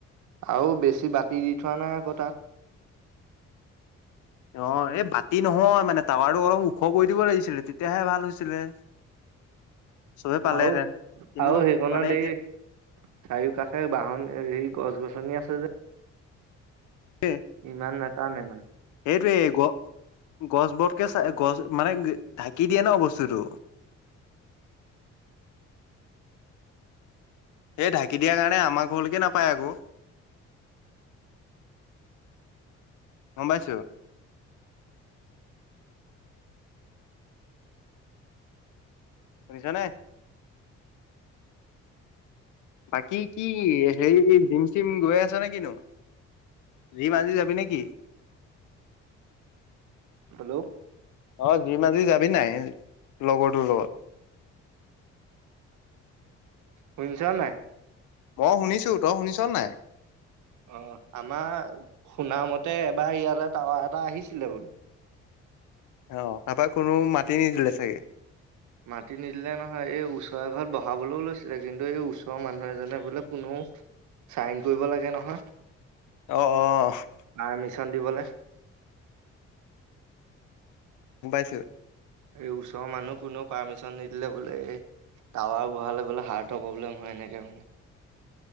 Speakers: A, on the right (about 80°); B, on the left (about 80°).
A: আৰু বেছি বাতি দি থোৱা নাই আকৌ তাত।
B: অ এই বাতি নহয় মানে টাৱাৰটো অলপ ওখ কৰি দিব লাগিছিলে তেতিয়াহে ভাল হৈছিলে। চবে পালেহেঁতেন
A: আৰু
B: কিন্তু
A: আৰু সেইখনত
B: মানে এতিয়া
A: এই চাৰিও কাষে বাহন হেৰি গছ গছনি আছে যে।
B: <unintelligible>
A: ইমান নাতানে।
B: সেইটোৱেই গ-গছ বতকে চাই গছ মানে ঢাকি দিয়ে ন বস্তুটো। এই ঢাকি দিয়াৰ কাৰণে আমাৰ ঘৰলৈকে নাপায় আকৌ। গম পাইছ? <unintelligible> বাকী কি হেৰি জিম চিম গৈ আছা নে কিনো? জিম আজি যাবি নেকি?
A: হেল্ল'
B: অ', জিম আজি যাবি নাই, লগৰটোৰ লগত?
A: শুনিছ নে নাই?
B: মই শুনিছো তই শুনিছ নাই?
A: অ', আমাৰ শুনামতে এবাৰ ইয়ালৈ টাৱাৰ এটা আহিছিলে বোল
B: অ', তাৰপৰা কোনো মাটি নিদিলে চাগে।
A: মাটি নিদিলে নহয় এই ওচৰ ঘৰত বহাবলৈও লৈছিলে কিন্তু এই ওচৰৰ মানুহ এজনে বোলে কোনো চাইন কৰিব লাগে নহয়।
B: অ' অ'
A: পাৰ্মিচন দিবলে।
B: গম পাইছোঁ।
A: এই ওচৰৰ মানুহ কোনো পাৰ্মিশ্যন নিদিলে বোলে এই টাৱাৰ বহালে বোলে হাৰ্টৰ প্ৰব্লেম হয় এনেকে মানে